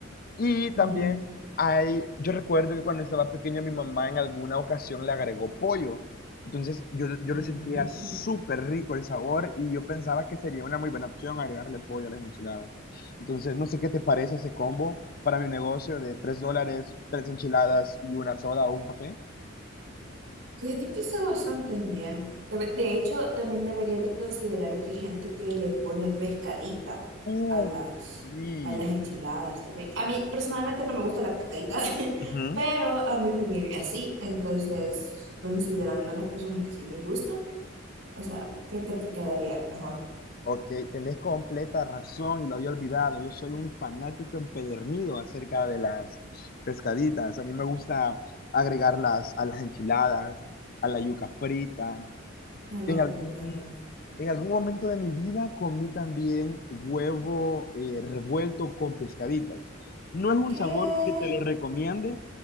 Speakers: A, on the left; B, on the right.
A: Y
B: ujú.
A: también hay, yo recuerdo que cuando estaba pequeño mi mamá en alguna ocasión le agregó pollo. Entonces yo, yo lo sentía
B: Mm.
A: súper rico el sabor y yo pensaba que sería una muy buena opción agregarle pollo a las enchiladas. Entonces no sé qué te parece ese combo para mi negocio de tres dólares, tres enchiladas y una soda o un café.
B: Fíjate que está bastante bien. Se ve- De hecho, también deberías de considerar que hay gente que le pone pescadita
A: Uh,
B: a las,
A: sí.
B: a las enchiladas también. A mí personalmente no me gusta la pescadita, <laughs>
A: Ujú.
B: pero a mi familia sí. Entonces, considerando a las personas que sí les gusta, o sea, creo que te quedaría mejor.
A: Ok, tenés completa razón y lo había olvidado. Yo soy un fanático empedernido acerca de las pescaditas. A mí me gusta agregarlas a las enchiladas, a la yuca frita.
B: A la
A: En algún,
B: yuca también.
A: en algún momento de mi vida comí también huevo eh, revuelto con pescaditas. No es un
B: ¿Qué?
A: sabor que te lo recomiende,